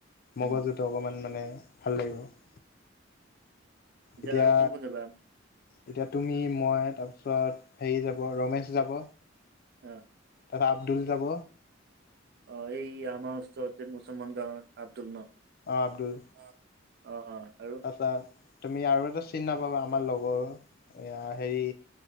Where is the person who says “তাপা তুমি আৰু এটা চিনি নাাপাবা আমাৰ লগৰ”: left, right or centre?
Left